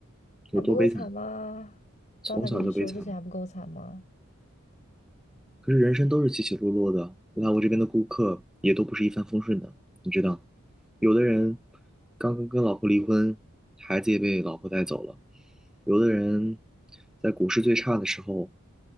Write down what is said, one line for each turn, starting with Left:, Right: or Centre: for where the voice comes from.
Centre: 有多悲惨？
Left: 还不够惨吗？
Centre: 从小就悲惨
Left: 刚才跟你说这些还不够惨吗？
Centre: 可是人生都是起起落落的，来我这边的顾客也都不是一帆风顺的，你知道，有的人刚刚跟老婆离婚，孩子也被老婆带走了；有的人在股市最差的时候，